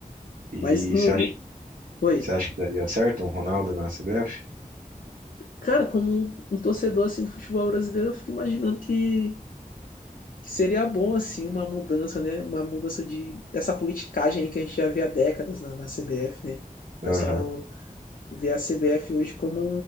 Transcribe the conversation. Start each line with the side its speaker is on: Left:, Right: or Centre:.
Right: E
Left: Mas no,
Right: você acha,
Left: no- Oi.
Right: você acha que daria certo um Ronaldo na CBF?
Left: Cara, como um um torcedor assim do futebol brasileiro, eu fico imaginando que que seria bom assim uma mudança, né? Uma mudança de dessa politicagem aí que a gente já vê há décadas na, na CBF, né? O pessoal
Right: Aham,
Left: vê a CBF hoje como